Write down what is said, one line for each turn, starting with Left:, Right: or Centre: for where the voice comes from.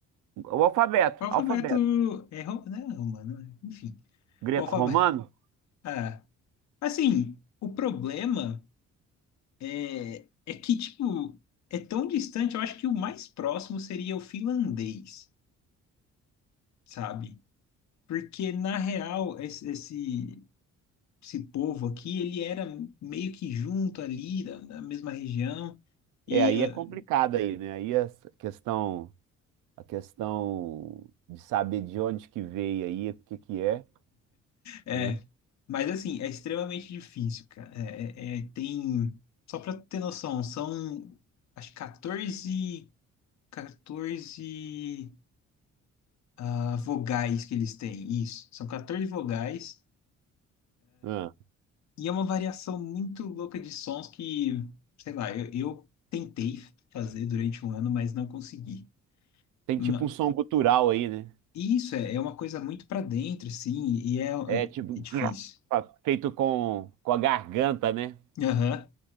Right: O alfabeto,
Left: o alfabeto.
Right: alfabeto.
Left: É, ro- né? romano, né? enfim.
Right: Greco-romano?
Left: O alfabeto. <laughs> Ah, assim, o problema. É, é que, tipo, é tão distante, eu acho que o mais próximo seria o finlandês, sabe? Porque, na real, esse, esse, esse povo aqui, ele era meio que junto ali, da, da mesma região, e...
Right: É, aí
Left: eh,
Right: é complicado aí, né? Aí a questão, a questão de saber de onde que veio aí, o que que é,
Left: É,
Right: né?
Left: mas, assim, é extremamente difícil, cara. É, é- é, tem... Só pra ter noção, são, acho que 14 14 ah, vogais que eles têm, isso. São 14 vogais.
Right: Ah,
Left: E é uma variação muito louca de sons que, sei lá, eu, eu tentei fazer durante um ano, mas não consegui.
Right: Tem
Left: Ma-
Right: tipo um som gutural aí, né?
Left: e isso é, é uma coisa muito pra dentro, sim, e é,
Right: É tipo
Left: é difícil.
Right: <sniffs> <grunts> feito com, com a garganta, né?
Left: Aham.